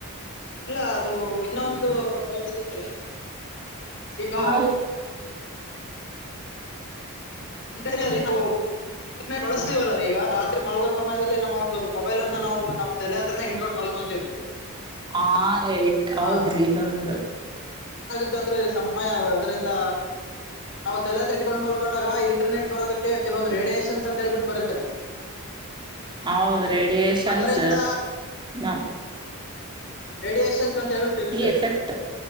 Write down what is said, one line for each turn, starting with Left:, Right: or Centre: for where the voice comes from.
Left: ಇಲ್ಲ ಅದು ಇನ್ನ ಒಂದು ಹೇಳದೈತ್ರಿ. ಈಗ.
Right: ಹಾ ರೀ
Left: <unintelligible> ನಾವು ಬಳಸ್ತೀವಲ್ಲ ರೀ ಈಗ ರಾತ್ರಿ ಮಲ್ಗೋ ಸಮಯದಲ್ಲಿ ನಮ್ಮ ಒಂದು ಮೊಬೈಲ್ ಅನ್ನ ನಾವು ನಮ್ ತಲೆ ಹತ್ರನೇ ಇಟ್ಕೊಂಡು ಮಲ್ಕೊಂತೀವಿ.
Right: ಹಾ ರೇ ಇಟ್ ಹೌದ್ರಿ
Left: ಹಾ
Right: ಇದೊಂದು.
Left: ಇತ್ತು ಅಂದರೆ ಸಮಯ ಅದ್ದರಿಂದ ನಾವು ತಲೆತ್ರ ಇಟ್ಕೊಂಡ್ ಮಲ್ಕೊಂಡಾಗ. ಇಂಟರ್ನೆಟ್ ಬರೋದಕ್ಕೆ ಕೆಲವೊಂದು ರೇಡಿಯೇಷನ್ಸ್ ಅಂತ ಹೇಳ್ಬಿಟ್ಟು ಬರುತ್ತ ರೀ.
Right: ಹೌದ ರೇಡಿಯೇಶನ್ಸ್
Left: ಅದರಿಂದ
Right: ನ.
Left: ರೇಡಿಯಷನ್ಸ್ ಅಂತ ಹಿರುತ್ತದೆ
Right: ಎಫೆಕ್ಟ್